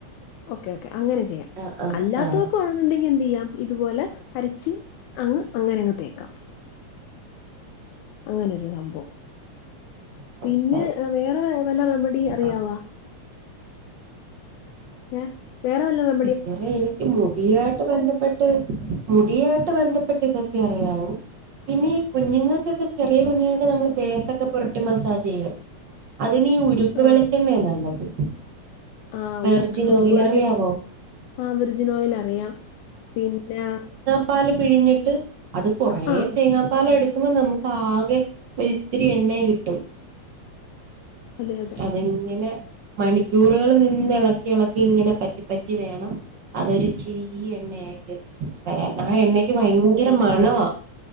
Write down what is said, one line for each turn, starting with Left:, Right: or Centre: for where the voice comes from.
Left: ഓക്കെ ഓക്കെ അങ്ങനെ ചെയ്യാം
Right: ആഹ് ആഹ്
Left: അല്ലാത്തവർക്ക
Right: ആഹ്
Left: വണെന്നുണ്ടെങ്കിൽ എന്ത് ചെയ്യാം ഇതുപോലെ അരച്ച് അങ്ങ് അങ്ങനെങ്ങ് തേക്കാം അങ്ങനെരു സംഭവം
Right: മനസ്സിലായി
Left: പിന്നെ വേറെ വല്ല റെമഡി അറിയാവാ
Right: ആഹ്
Left: ഏ വേറെ വല്ല റെ
Right: <unintelligible> ഈ മുടിയായിട്ട് ബന്ധപ്പെട്ട് മുടിയായിട്ട് ബന്ധപ്പെട്ട് ഇതൊക്കെ അറിയാവൂ പിന്നെ ഈ കുഞ്ഞുങ്ങൾക്കൊക്കെ ചെറിയ കുഞ്ഞുങ്ങൾക്ക് നമ്മള് ദേഹത്തൊക്കെ പുരട്ടി മസാജ് ചെയ്യു അതിനീ ഉരുക്ക്
Left: ആ
Right: വെളിച്ചെണ്ണയാ നല്ലത്
Left: ആ
Right: വെർജിൽ
Left: ഉരുക്ക് ഉരുക്ക്
Right: ഓയിലറിയാവോ
Left: വെളിച്ചെണ്ണ ആ വെർജിനോയിൽ അറിയാം പിന്നെ
Right: പാൽ പിഴഞ്ഞിട്ട് അത് കുറേ
Left: ആ
Right: തേങ്ങാപ്പാല എടു കുപ്പം നമുക്ക് ആകെ ഒരിത്തിരി എണ്ണേ കിട്ടും
Left: അതെ അതെ
Right: അതങ്ങനെ മണിക്കൂറുകിൽ നിന്ന് ഇളക്കി ഇളക്കി ഇങ്ങനെ പറ്റിപ്പറ്റി വേണം അതൊരു ചിരി എണ്ണയായിട്ട് വരാൻ ആ എണ്ണക്ക് ഭയങ്കര മണവാ